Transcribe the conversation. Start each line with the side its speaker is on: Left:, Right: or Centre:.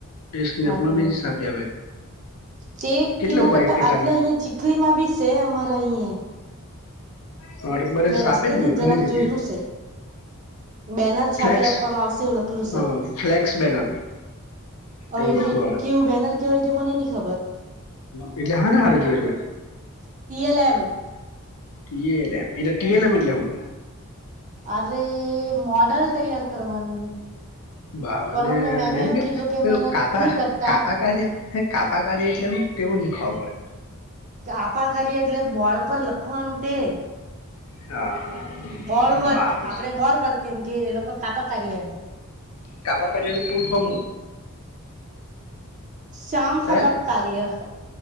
Left: એ સ્નેપમાં
Right: હા તું
Left: બી
Right: બને.
Left: સાપી આવે
Right: તે
Left: કેટલું
Right: તેના કરતા
Left: બાઈક કેટલાનું
Right: આટલે અહિયાં ચીખલીમાં બી છે અમારા અહીંયા.
Left: હાઆપેજ
Right: રસ્તેથી
Left: ને
Right: જ
Left: ઘણી
Right: જરાક
Left: જગ્યાએ.
Right: જોયેલું છે બેનર છાપી
Left: હ ફ્સ
Right: આપવામાં આવશે એવું લખલું છે
Left: હ ફ્લેક્સ બેનર.
Right: હવે
Left: એવું લખલું આવે
Right: કેવું બેનર કેવાય તે મને નઈ ખબર
Left: હ એટલે હા હારું જોયો જ
Right: <unintelligible>
Left: એ ટીએલ એમ એટલે હું.
Right: અરે મોડલ તૈયાર કરવાનું.
Left: બાવને
Right: પણ અમને મેમે
Left: મે
Right: એમ
Left: કું
Right: કીધલું કે
Left: પેું
Right: મહેનત
Left: કાપા
Right: નહી કરતા
Left: કાપા કાઢે કાપા કાઢીએ એટલે એમ તેવ નને ખબર
Right: કાપા કરીએે એટલે બોળ પર લખવાનું તે.
Left: પડે હા
Right: બોર વર્ક
Left: બરાબર
Right: આપડે બોર વર્ક એમ કેને એ લોકો કાપા કરીએ એમ.
Left: કાબા ક પુલ ફોમ?
Right: શ્યામ ફલક
Left: હે
Right: કાર્ય.